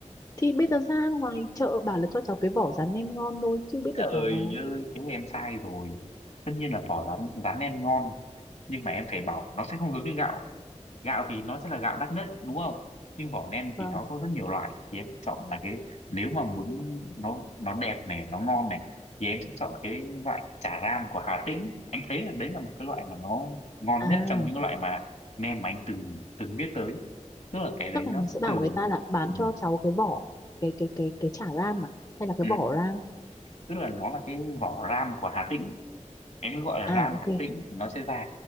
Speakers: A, on the left; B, on the left.
A: thì bây giờ ra ngoài chợ bảo là cho cháu cái vỏ rán nem ngon thôi chứ biết
B: trời
A: được
B: ơi
A: vỏ nào
B: thế là em sai rồi tất nhiên là vỏ rán rán em ngon nhưng mà em phải bảo nó sẽ không giống như gạo gạo thì nó sẽ là gạo đắt nhất đúng không nhưng vỏ nem
A: Vâng.
B: thì nó có rất nhiều loại thì em sẽ chọn là cái nếu mà muốn nó nó đẹp này nó ngon này thì em sẽ chọn cái loại chả ram của Hà Tĩnh anh thấy là đấy là một cái loại mà nó ngon
A: à
B: nhất trong những loại mà nem mà anh từng từng biết tới tức là cái đấy
A: chắc là
B: nó
A: mình sẽ
B: sẽ
A: bảo
B: thường
A: người ta là bán
B: ừ,
A: cho cháu cái vỏ cái cái cái cái chả ram à hay là cái
B: ừ,
A: vỏ ram
B: tức là nó là cái vỏ ram của Hà Tĩnh em cứ gọi là
A: à
B: ram
A: ok
B: hạt tĩnh thì nó sẽ ra